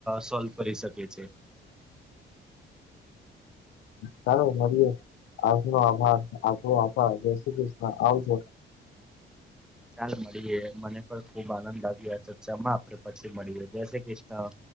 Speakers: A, in the centre; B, on the left.
A: સોલ્વ કરી શકે છે
B: ચાલો મળએે આજનો આભાર આપો આપ રેસીપી આવજો
A: ચાલ મળીએ મને પણ ખુબ આનંદ આવી્યો તો જમા આપડે પછી મળીએ જસે ક્રષ્ણ